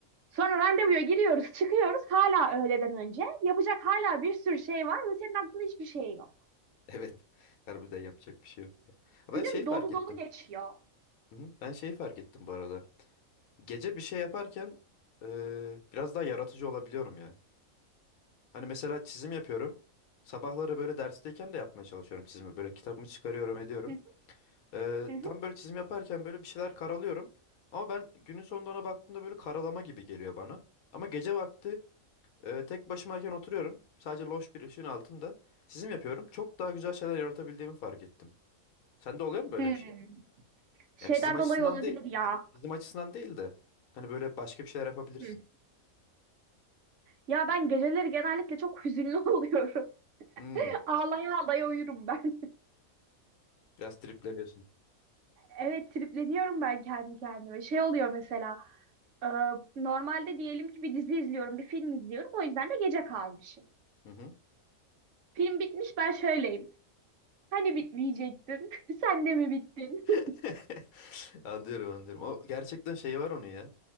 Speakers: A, on the right; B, on the left.
A: Sonra randevuya giriyoruz, çıkıyoruz hala öğleden önce. Yapacak hala bir sürü şey var ve senin aklında hiçbir şey yok.
B: Evet. Harbiden yapacak bir şey yok ya.
A: Günün
B: Ben şey fark
A: dolu
B: ettim.
A: dolu geçiyor.
B: Hı hı. Ben şey fark ettim bu arada. Gece bir şey yaparken eee, biraz daha yaratıcı olabiliyorum ya. Hani mesela çizim yapıyorum. Sabahları böyle dersteyken de yapmaya çalışıyorum çizimi. Böyle kitabımı çıkarıyorum ediyorum.
A: Hı hı,
B: Eee,
A: hı hı.
B: tam böyle çizim yaparken böyle bir şeyler karalıyorum. Ama ben günün sonunda ona baktığımda böyle karalama gibi geliyor bana. Ama gece vakti eee, tek başımayken oturuyorum. Sadece loş bir ışığın altında çizim yapıyorum. Çok daha güzel şeyler yaratabildiğimi fark ettim. Sende oluyor mu böyle
A: Hmm.
B: bir şey?
A: Şeyden
B: Yani çizim açısından
A: dolayı olabilir
B: değil.
A: ya.
B: Çizim açısından değil de. Hani böyle başka bir şeyler yapabilirsin.
A: Hı. Ya ben geceleri genellikle çok hüzünlü <laughs> oluyorum.
B: Hmm.
A: Ağlaya ağlaya uyurum ben.
B: Biraz tripleniyorsun.
A: Evet tripleniyorum ben kendi kendime. Şey oluyor mesela e, normalde diyelim ki bir dizi izliyorum, bir film izliyorum. O yüzden de gece kalmışım.
B: Hı hı.
A: Film bitmiş ben şöyleyim. Hani bitmeyecektin? <laughs> Sen de mi bittin? <laughs>
B: <laughs> Anlıyorum anlıyorum. O gerçekten şey var onun ya.